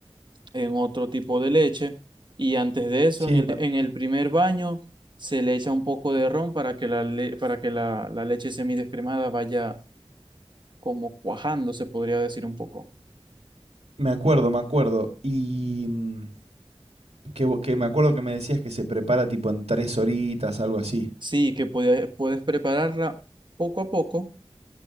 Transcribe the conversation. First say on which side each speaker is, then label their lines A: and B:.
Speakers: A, on the right (about 45°); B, on the right (about 75°).
A: en otro tipo de leche, y antes de eso,
B: Sí,
A: en el,
B: me,
A: en el primer baño, se le echa un poco de ron para que la, le- para que la, la leche semidescremada vaya como cuajando, se podría decir un poco.
B: me acuerdo, me acuerdo. Y mm, que, vo- que me acuerdo que me decías que se prepara tipo en tres horitas, algo así.
A: Sí, que podía- puedes prepararla poco a poco,